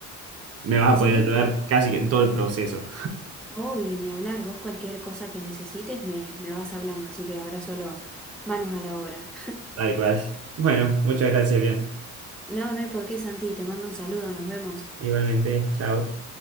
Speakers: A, on the right; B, in the centre.
A: me vas
B: sí,
A: a poder ayudar casi que en todo el proceso.
B: obvio, ni hablar. Vos cualquier cosa que necesites me, me vas hablando, así que ahora solo manos a la obra.
A: Tal cual. Bueno, muchas gracias, bien.
B: No, no hay por qué, Santi. Te mando un saludo. Nos vemos.
A: Igualmente, chao.